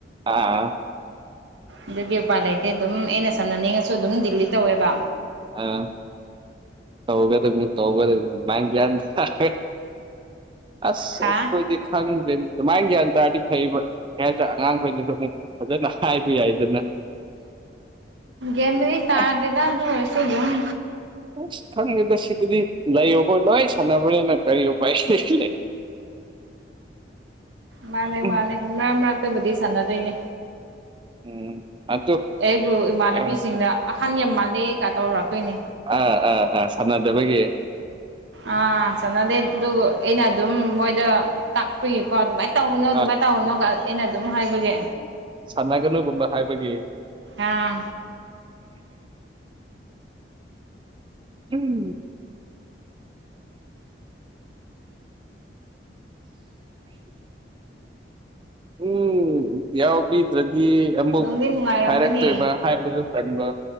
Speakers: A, on the right; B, on the right.
A: ꯑꯥ
B: ꯑꯗꯨꯗꯤ ꯎꯄꯥꯏ ꯂꯩꯇꯦ ꯑꯗꯨꯝ ꯑꯩꯅ ꯁꯥꯅꯅꯤꯡꯉꯖꯨ ꯑꯗꯨꯝ ꯗꯤꯂꯤꯠ ꯇꯧꯋꯦꯕ
A: ꯑꯥ ꯇꯧꯒ ꯇꯧꯒ ꯊ ꯑꯁꯣꯏ
B: ꯍꯥ
A: ꯈꯪꯗꯔꯦ ꯑꯗꯨꯃꯥꯏ ꯒꯌꯥꯟ ꯇꯥꯔꯗꯤ ꯐꯩꯕ꯫ ꯀꯩ ꯍꯥꯏꯗ꯭ꯔꯥ ꯑꯉꯥꯡ <unintelligible> ꯐꯖꯅ ꯍꯥꯏꯕ ꯌꯥꯏꯗꯅ
B: ꯦꯦꯝ ꯇꯥꯔꯔꯗ
A: ꯑꯁ
B: ꯑꯗꯨ ꯑꯣꯏꯔꯁ ꯑꯗꯨꯝ
A: ꯑꯁ ꯈꯪꯗꯦꯗ ꯁꯤꯕꯨꯗꯤ ꯂꯩꯌꯣꯈꯣꯏ ꯂꯣꯏ ꯁꯥꯟꯅꯕꯅꯤꯅ ꯀꯔꯤ ꯎꯄꯥꯏꯁꯤ ꯂꯩ꯫
B: ꯃꯥꯅꯦ
A: ꯎꯝ
B: ꯃꯥꯅꯦ ꯃꯔꯛ ꯃꯔꯛꯇꯕꯨꯗꯤ ꯁꯥꯟꯅꯗꯣꯏꯅꯦ
A: ꯎꯝ ꯑꯗꯨ
B: ꯑꯩꯕꯨ ꯏꯃꯥꯟꯅꯕꯤꯁꯤꯡꯅ
A: ꯑꯥ
B: ꯑꯍꯟ ꯌꯥꯝ ꯃꯥꯜꯂꯦꯒ ꯇꯧꯔꯛꯛꯇꯣꯏꯅꯦ
A: ꯑꯥ ꯑꯥ ꯑꯥ ꯁꯥꯟꯅꯗꯕꯒꯤ
B: ꯑꯥ <unintelligible> ꯑꯗꯨꯒ ꯑꯩꯅ ꯑꯗꯨꯝ ꯃꯣꯏꯗ ꯇꯥꯛꯄꯤꯒꯤꯀꯣ ꯑꯗꯨꯃꯥꯏꯅ ꯇꯧꯒꯅꯣ ꯑꯗꯨꯃꯥꯏꯅ
A: ꯑꯥ
B: ꯇꯧꯒꯅꯣꯒ ꯑꯩꯅ ꯑꯗꯨꯝ ꯍꯥꯏꯕꯒꯤ
A: ꯁꯥꯟꯅꯒꯅꯨꯒꯨꯝꯕ ꯍꯥꯏꯕꯒꯤ
B: ꯑꯥ
A: ꯎꯝ ꯎꯝ ꯌꯥꯎꯕꯤꯗ꯭ꯔꯗꯤ ꯀꯩꯏꯝꯕꯣꯛ
B: ꯅꯨꯡꯗꯤ ꯅꯨꯡꯉꯥꯏꯔꯝꯒꯅꯤ
A: ꯍꯥꯏꯔꯛ ꯇ꯭ꯔꯦꯕ꯫ ꯍꯥꯏ ꯄꯁꯨ ꯊꯕ